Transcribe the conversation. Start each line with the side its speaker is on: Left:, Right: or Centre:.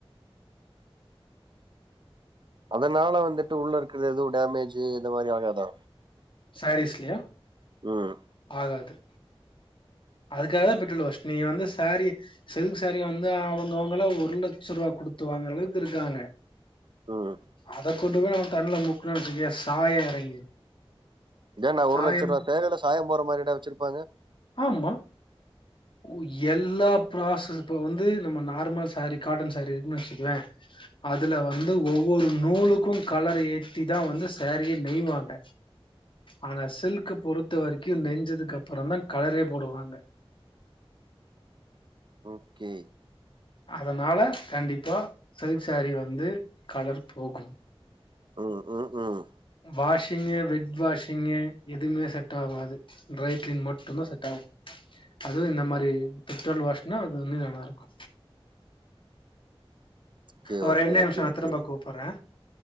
Right: அதனால வந்துட்டு உள்ள இருக்கற எதுவு டேமேஜ் இந்த மாரி ஆகாதா
Left: சாரீஸ்லையா
Right: ம்
Left: ஆகாது அதுக்காகதா பெட்ரோல் வாஷ் நீங்க வந்து சேரி சில்க் சாரிய வந்து அவங்கவுங்களா ஒரு லட்சம் ரூவா குடுத்து வாங்குற அளவுக் இருக்காங்க
Right: ம்
Left: அத கொண்டு போய் நம்ம தண்ல முக்குணோ வச்சுக்கோயே சாயோ எறங்கிரு
Right: இதென்னா ஒருலட்ச
Left: சாயம்
Right: ரூவா சேலைல சாயம் போற மாரிடா வச்சிருப்பாங்க
Left: ஆமா ஓ எல்லா ப்ராசஸ் இப்ப வந்து நம்ம நார்மல் சாரீ காட்டன் சாரீ இருக்குன்னு வச்சுக்குவே அதுல வந்து ஒவ் வொரு நூலுக்கு கலர் ஏத்தி தா வந்து சேரியே நெய்வாங்க ஆனா சில்க்க பொறுத்த வரைக்கு நெஞ்சதுக்கு அப்றோ தா கலரே போடுவாங்க
Right: ஓகே
Left: அதனால கண்டிப்பா சில்க் சாரி வந்து கலர் போகு
Right: ம் ம் ஹும்
Left: வாஷிங்கு வெட் வாஷிங்கு எதுமே செட்டாவாது ட்ரை கிளீன் மட்டுந்தா செட்டாகு அதுவு இந்த மாரி பெட்ரோல் வாஷ்னா அதுவ்மே நல்லாருக்கு
Right: ஓகே
Left: ஒர்
Right: ஓகே
Left: ரெண்டே நிமிஷொ
Right: ஓகே
Left: நா
Right: ஓகே
Left: திரும்ப கூப்புறே